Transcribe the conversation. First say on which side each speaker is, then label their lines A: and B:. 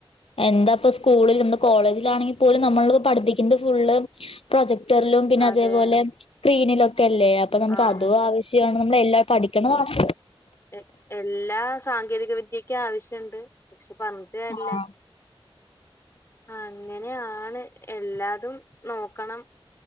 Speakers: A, on the left; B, on the left.
A: എന്താപ്പ സ്കൂളിൽന്ന് കോളേജിലാണെങ്കി പോലും നമ്മള് പഠിപ്പിക്ക്ന്നത് ഫുള്ള് പ്രൊജക് റ്റർലും പിന്നെ അതേപോലെ
B: അതെ
A: സ്ക്രീനിലൊക്കെ അല്ലേ അപ്പൊ നമുക്ക്
B: ആണ്
A: അതു ആവശ്യാ <unintelligible> നമ്മളെല്ലാം പഠിക്കണതാണ്.
B: എ എല്ലാ സാങ്കേതിക വിദ്യക്ക്യാവിശ് റ്റണ്ട് പക്ഷെ പറഞ്ഞിട്ട് കാര്യല്ലാ.
A: ആഹ്
B: അങ്ങനെ ആണ് എല്ലാതും നോക്കണം.